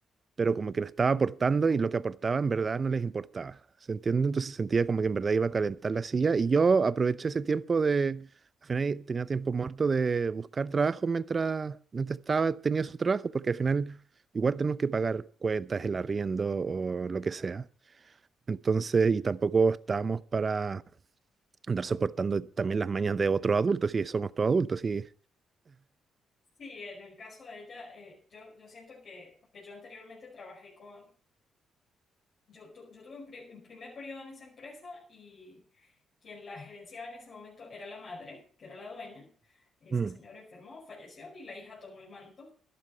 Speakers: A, on the right; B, on the left.
A: pero como que no estaba aportando y lo que aportaba en verdad no les importaba. ¿Se entiende? Entonces sentía como que en verdad iba a calentar la silla y yo aproveché ese tiempo de, al final tenía tiempo muerto de buscar trabajo mientras, mientras estaba, tenía su trabajo, porque al final igual tenemos que pagar cuentas, el arriendo o lo que sea. Entonces, y tampoco estábamos para andar soportando también las mañas de otros adultos, si somos todos adultos, y...
B: Sí, en el caso de ella, eh, yo, yo siento que, porque yo anteriormente trabajé con, yo, tu- yo tuve un, pri- un primer periodo en esa empresa y quien la gerenciaba en ese momento era la madre, que era la dueña. Esa
A: Mm.
B: señora enfermó, falleció y la hija tomó el manto